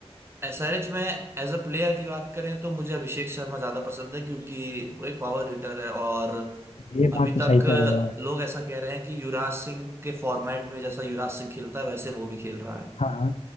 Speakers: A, on the right; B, on the left.
A: एसआरएच में एज अ प्लेयर की बात करें तो मुझे अभिषेक शर्मा ज्यादा पसंद है क्योंकि वो एक पावर हिटर है और
B: ये
A: अभी
B: बात तो
A: तक
B: सही कह रहे हो यार
A: लोग ऐसा कह रहे हैं कि युवराज सिंह के फॉर्मेट में जैसा युवराज सिंह खेलता है वैसे वो भी खेल रहा है
B: हाँ हाँ